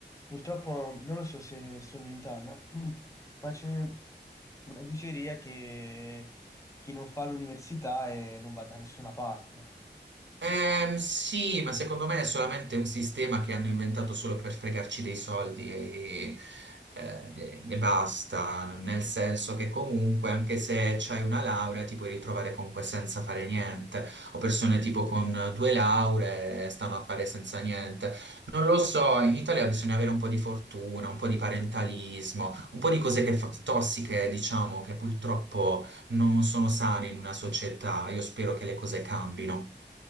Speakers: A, on the left; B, on the right.
A: Purtroppo non lo so se è solo in Italia, <clears throat> ma c'è una diceria che chi non fa l'università eh, non va da nessuna parte.
B: Ehm, sì, ma secondo me è solamente un sistema che hanno inventato solo per fregarci dei soldi e, eh, e basta, nel senso che comunque anche se c'hai una laurea ti puoi ritrovare comunque senza fare niente, o persone tipo con due lauree stanno a fare senza niente. Non lo so, in Italia bisogna avere un po' di fortuna, un po' di parentalismo, un po' di cose che fa- tossiche, diciamo, che purtroppo non sono sane in una società. Io spero che le cose cambino.